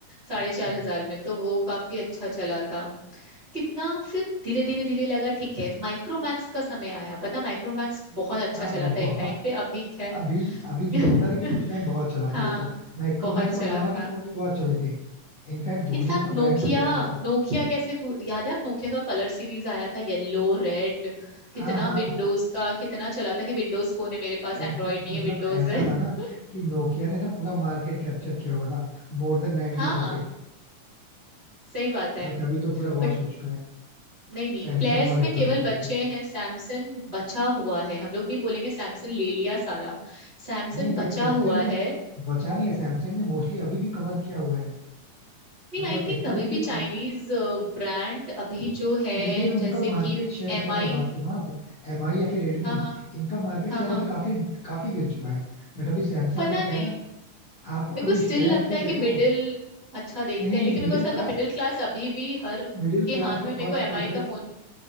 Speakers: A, on the right (about 40°); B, on the left (about 60°).
A: साढ़े
B: अच्छा
A: चार हजार में तो वो काफी अच्छा चला था कितना फिर धीरे धीरे धीरे लगा ठीक है माइक्रोमैक्स का समय आया पता माइक्रोमैक्स बहुत अच्छा
B: हाँ
A: चला
B: वो
A: था
B: बहुत
A: एक टाइम पे अभी खैर
B: अभी अभी नहीं
A: <laughs>
B: चलता लेकिन उस टाइम बहुत चला
A: हाँ
B: था ये तो माइक्रोमैक्स
A: बहुत
B: और
A: चला
B: लावा
A: था
B: के फोन भी बहुत चले थे इनफैक्ट धोनी
A: इनफैक्ट
B: उसका
A: नोकिया
B: ब्रांड एम्बेसडर था
A: नोकिया कैसे भू- याद है आप नोकिया का कलर सीरीज आया था येलो रेड कितना
B: हाँ हाँ
A: विंडोज का कितना चला था कि विंडोज फोन है मेरे पास
B: इनफैक्ट
A: एंड्रॉयड नहीं
B: मतलब
A: है विंडोज
B: ऐसा
A: है <laughs>
B: था ना कि नोकिया ने ना पूरा मार्केट कैप्चर किया हुआ था मोर देन 90%
A: हाँ
B: परसेंट
A: सही बात है
B: बट अभी तो पूरा
A: बट
B: वॉश हो चुका है
A: नहीं नहीं
B: सैमसंग
A: प्लेयर्स
B: और एप्पल
A: में केवल
B: ने कैप्चर
A: बच्चे
B: किया
A: हैं सैमसंग बचा हुआ है हम लोग नहीं बोलेंगे सैमसंग ले लिया सारा सैमसंग
B: नहीं बट
A: बचा
B: सैमसंग
A: हुआ
B: ने
A: है
B: बचा नहीं है सैमसंग ने मोस्टली अभी भी कवर किया हुआ है
A: नहीं
B: मतलब
A: आई थिंक
B: एप्पल
A: तभी भी
B: के बाद
A: चाइनीज ब्रांड अभी जो है
B: लेकिन उनका
A: जैसे
B: मार्केट
A: कि
B: शेयर
A: एम
B: की अगर
A: आई
B: बात करो ना अब एम आई या फिर रेडमी
A: हाँ हाँ
B: इनका मार्केट
A: हाँ
B: शेयर
A: हाँ
B: अभी काफी काफी गिर चुका है बट अभी सैमसंग
A: पता
B: का क्या है
A: नहीं
B: ना आप
A: मेरे
B: कभी
A: को स्टिल
B: स्टैट्स
A: लगता
B: तो
A: है
B: देखो
A: कि मिडिल अच्छा देखते
B: नहीं
A: हैं लेकिन
B: मिडिल
A: मेरे को ऐसा
B: क्लास
A: लगता है मिडिल क्लास अभी भी हर
B: मिडिल
A: के
B: क्लास
A: हाथ
B: का
A: में मेरे
B: फर्स्ट
A: को एमआई
B: प्रेफरेंस
A: का फोन